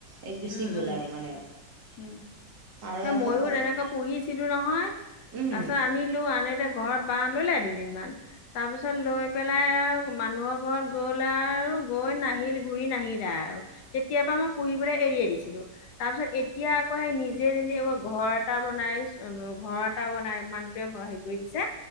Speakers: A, on the right; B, on the left.
A: এই গুচি
B: উম
A: গ'ল
B: উম,
A: আৰু মানে
B: উম।
A: পাৰ
B: এ
A: আকৌ
B: মই
A: সজা
B: তেনেকৈ পুহিছিলো নহয়,
A: উম
B: পাছত আনিলো আনেতে ঘৰত বাঁহ ললে দুদিনমান। তাৰপিছত লৈ পেলাই আও মানুহৰ ঘৰত গ'লে আৰু গৈ নাহিল ঘূৰি নাহিলে আৰু। তেতিয়াৰ পৰা মই পুহিবলে এৰিয়ে দিছিলো। তাৰ পিছত এতিয়া আকৌ সেই নিজে নিজে ঘৰ এটা বনাই ঘৰ এটা বনাই মানুটোৱে কৰি দিছে,